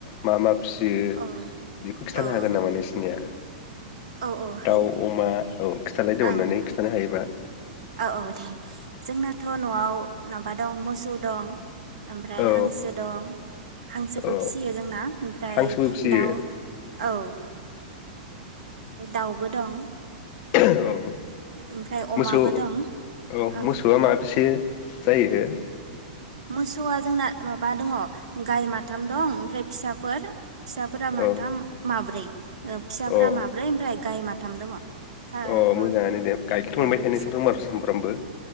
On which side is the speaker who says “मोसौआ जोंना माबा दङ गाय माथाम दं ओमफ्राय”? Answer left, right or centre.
Right